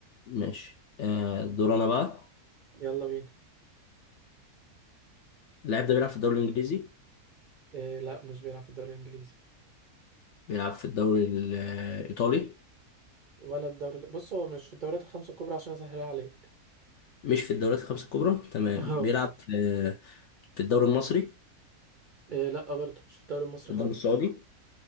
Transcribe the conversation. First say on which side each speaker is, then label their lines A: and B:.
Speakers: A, on the left; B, on the right.
A: ماشي آه دور انا بقى
B: يلا بينا
A: اللاعب ده بيلعب في الدوري الانجليزي
B: إيه لا مش بيلعب في الدوري الانجليزي
A: بيلعب في الدوري الايطالي
B: ولا الدوري ال- بص هو مش في الدوريات الخمسة الكبرى عشان اسهلها عليك
A: مش في الدوريات الخمسة الكبرى تمام
B: <laughs> اهو
A: بيلعب في في الدوري المصري
B: إيه لا برضه مش في الدوري المصري
A: في الدوري
B: خالص
A: السعودي